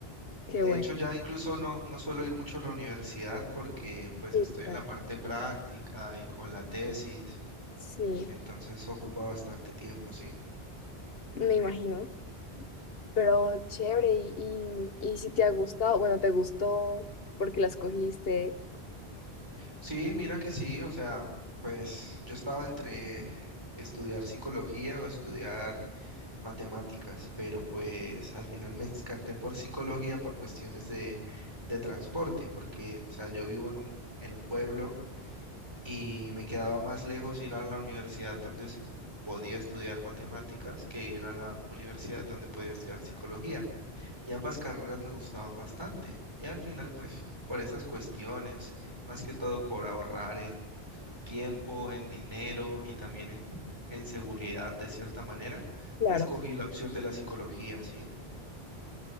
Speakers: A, on the left; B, on the right.
A: Qué
B: De
A: bueno.
B: hecho, ya incluso no, no suelo ir mucho a la universidad porque pues
A: Sí,
B: estoy
A: claro.
B: en la parte práctica y con la tesis,
A: Sí,
B: entonces ocupa bastante tiempo, ¿sí?
A: me imagino. Pero chévere, y, y, y si te ha gustado, bueno, te gustó porque la escogiste
B: Sí, mira que sí, o sea, pues yo estaba entre estudiar psicología o estudiar matemáticas, pero pues al final me descarté por psicología por cuestiones de, de transporte, porque, o sea, yo vivo en un, en un pueblo y me quedaba más lejos ir a la universidad donde s- podía estudiar matemáticas que ir a la universidad donde podía estudiar psicología. Y ambas carreras me gustaban bastante. Y al final, pues, por esas cuestiones, más que todo por ahorrar en tiempo, en dinero y también en, en seguridad de cierta manera,
A: Claro.
B: escogí la opción de la psicología, ¿sí?